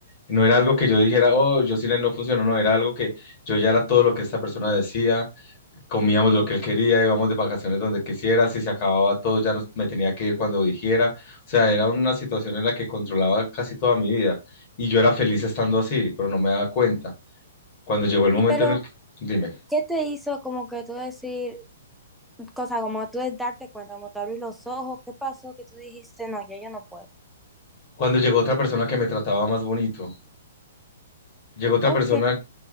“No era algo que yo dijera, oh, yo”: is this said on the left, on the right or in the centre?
Left